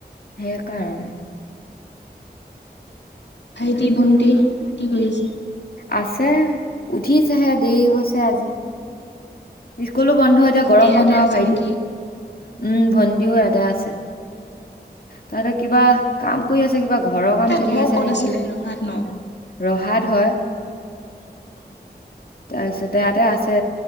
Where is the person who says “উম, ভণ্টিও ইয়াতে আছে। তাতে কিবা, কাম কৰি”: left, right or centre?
Left